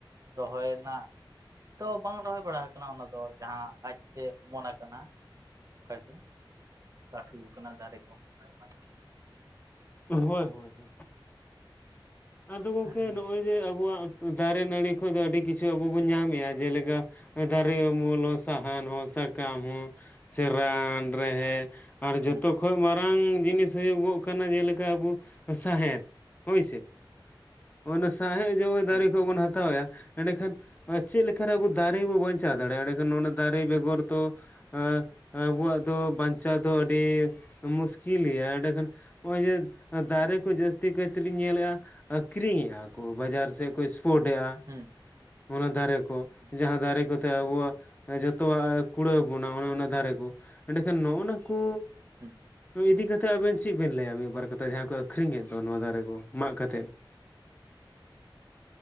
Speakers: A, on the right (about 40°); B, on the left (about 20°).
A: ᱨᱚᱦᱚᱭ ᱨᱮᱱᱟᱜ ᱛᱚ ᱵᱟᱝ ᱨᱚᱦᱚᱭ ᱵᱟᱲᱟ ᱟᱠᱟᱱᱟ ᱚᱱᱟ ᱫᱚ ᱡᱟᱦᱟᱸ ᱟᱡ ᱛᱮ ᱚᱢᱚᱱ ᱟᱠᱟᱱᱟ, ᱚᱱᱠᱟ ᱜᱮ ᱞᱟᱹᱴᱷᱩ ᱠᱟᱱᱟ ᱫᱟᱨᱮ ᱠᱚᱦᱚᱸ ᱟᱭᱢᱟ <unintelligible>
B: ᱦᱳᱭ ᱦᱳᱭ ᱦᱳᱭ᱾ ᱟᱫᱚ ᱜᱚᱝᱠᱮ
A: ᱦᱮᱸ
B: ᱱᱚᱸᱜᱼᱚᱭ ᱡᱮ ᱟᱵᱚᱣᱟᱜ ᱫᱟᱨᱮ ᱱᱟᱹᱲᱤ ᱠᱷᱚᱡ ᱫᱚ ᱟᱹᱰᱤ ᱠᱤᱪᱷᱩ ᱟᱵᱚ ᱵᱚᱱ ᱧᱟᱢᱮᱫᱼᱟ, ᱡᱮᱞᱮᱠᱟ ᱫᱟᱨᱮ ᱩᱢᱩᱞ ᱦᱚᱸ ᱥᱟᱦᱟᱱ ᱦᱚᱸ ᱥᱟᱠᱟᱢ ᱦᱚᱸ ᱥᱮ ᱨᱟᱱ ᱨᱮᱦᱮ ᱟᱨ ᱡᱷᱚᱛᱚ
A: ᱦᱮᱸ
B: ᱠᱷᱚᱡ ᱢᱟ ᱨᱟᱝ ᱡᱤᱱᱤᱥ ᱦᱩᱭᱩᱜᱚᱜ ᱠᱟᱱᱟ ᱡᱮᱞᱮᱠᱟ ᱟᱵᱩ ᱥᱟᱸᱦᱮᱫ ᱦᱳᱭᱥᱮ᱾ ᱚᱱᱮ ᱥᱟᱸᱦᱮ ᱡᱮ ᱚᱸᱜᱼᱚᱭ ᱫᱟᱨᱮ
A: ᱦᱮᱸ
B: ᱠᱷᱚᱡ ᱵᱚᱱ ᱦᱟᱛᱟᱣᱮᱜᱼᱟ ᱮᱸᱰᱮᱠᱷᱟᱱ ᱟ ᱪᱮᱫ ᱞᱮᱠᱟᱨᱮ ᱟᱵᱚ ᱫᱟᱨᱮ ᱵᱚᱱ ᱵᱟᱧᱪᱟᱣ ᱫᱟᱲᱮᱭᱟᱜᱼᱟ ᱮᱸᱰᱮᱠᱷᱟᱱ ᱚᱱᱟ ᱫᱟᱨᱮ ᱵᱮᱜᱚᱨ ᱫᱚ ᱟᱸ ᱟᱵᱚᱣᱟᱜ ᱫᱚ ᱵᱟᱧᱪᱟᱣ ᱫᱚ ᱟᱹᱰᱤ ᱢᱩᱥᱠᱤᱞ ᱜᱮᱭᱟ ᱮᱸᱰᱮᱠᱷᱟᱱ ᱦᱚᱸᱜᱼᱚᱭ ᱡᱮ ᱫᱟᱨᱮ ᱠᱚ ᱡᱟᱹᱥᱛᱤ ᱠᱟᱭ ᱛᱮᱞᱤᱧ ᱧᱮᱞᱮᱜᱼᱟ ᱟᱠᱷᱨᱤᱧᱮᱜᱼᱟ ᱠᱩ ᱵᱟᱡᱟᱨ ᱥᱮᱫ ᱠᱚ ᱮᱥᱯᱳᱴ ᱮᱭᱟ᱾
A: ᱦᱮᱸ
B: ᱚᱱᱟ ᱫᱟᱨᱮ ᱠᱚ
A: ᱦᱮᱸ
B: ᱡᱟᱦᱟᱸ ᱫᱟᱨᱮ ᱠᱚᱛᱮ ᱟᱵᱚᱣᱟᱜ ᱡᱷᱚᱛᱚᱣᱟᱜ ᱠᱩᱲᱟᱹᱣ ᱵᱚᱱᱟ ᱚᱱᱟ ᱚᱱᱟ ᱫᱟᱨᱮ ᱠᱩ ᱮᱸᱰᱮᱠᱷᱟᱱ ᱱᱚᱼᱱᱟ ᱠᱩ
A: ᱦᱮᱸ
B: ᱤᱫᱤ ᱠᱟᱛᱮᱫ ᱟᱵᱮᱱ ᱪᱮᱫ ᱵᱮᱱ ᱞᱟᱹᱭᱟ ᱢᱤᱫᱵᱟᱨ ᱠᱟᱛᱷᱟ ᱡᱟᱦᱟᱸ ᱠᱚ ᱟᱠᱷᱨᱤᱧᱠᱮᱫ ᱫᱚ ᱱᱚᱣᱟ ᱫᱟᱨᱮ ᱠᱚ ᱢᱟᱜ ᱠᱟᱛᱮᱫ᱾